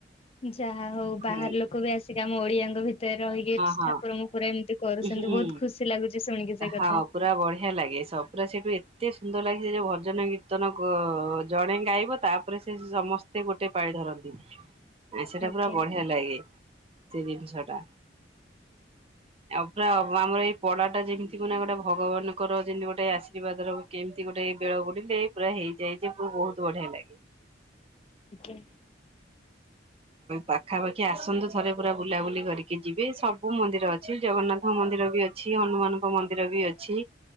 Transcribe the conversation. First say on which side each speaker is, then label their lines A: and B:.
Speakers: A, on the left; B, on the right.
A: ଯାହା ହଉ ବାହାର
B: ହଁ
A: ଲୋକ ବି ଆସିକି ଆମ ଓଡିଆଙ୍କ ଭିତରେ ରହିକି
B: ହଁ
A: ଠାକୁରଙ୍କୁ ପୁରା ଏମିତି କରୁଛନ୍ତି
B: ହୁଁ
A: ବହୁତ ଖୁସି ଲାଗୁଛି ଶୁଣିକି। ସେ କଥା
B: ହଁ ପୁରା ବଢିଆ ଲାଗେ ସ ପୁରା ସେଠୁ ଏତେ ସୁନ୍ଦର ଲାଗେ ସେ ଯୋଉ ଭଜନ କୀର୍ତ୍ତନ କ- ଜଣେ ଗାଇବ ତାପରେ ସେ ସମସ୍ ତେ ଗୋଟେ ପାଳି ଧରନ୍ତି, ଆ, ସେଟା
A: ଆଜ୍ଞା
B: ପୁରା ବଢିଆ ଲାଗେ। ସେ ଜିନିଷ ଟା ଆଉ ପୁରା ଓ ଆମର ଏଇ ପଡା ଟା ଯେମିତି ମାନେ ଗୋଟେ ଭଗବାନଙ୍କର ଯେମିତି ଗୋଟେ ଆଶୀର୍ବାଦର କେମିତି ଗୋଟେ ବେଳ ବୁଡିଲେ ପୁରା ହେଇଯାଇଚି ବୁ ବହୁତ ବଢିଆ ଲାଗେ।
A: ଆଜ୍ଞା।
B: ପାଖାପାଖି ଆସନ୍ତୁ ଥରେ ପୁରା ବୁଲାବୁଲି କରିକି ଯିବେ, ସବୁ ମନ୍ଦିର ଅ ଛି, ଜଗନ୍ନାଥ ମନ୍ଦିର ବି ଅଛି, ହନୁମାନଙ୍କ ମନ୍ଦିର ବି ଅଛି,